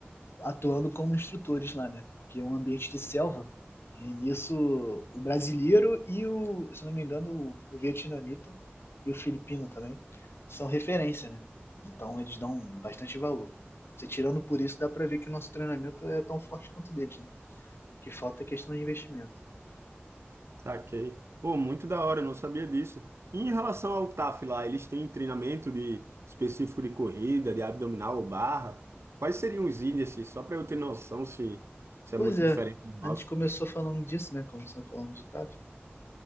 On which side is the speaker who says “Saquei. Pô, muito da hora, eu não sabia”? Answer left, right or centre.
Right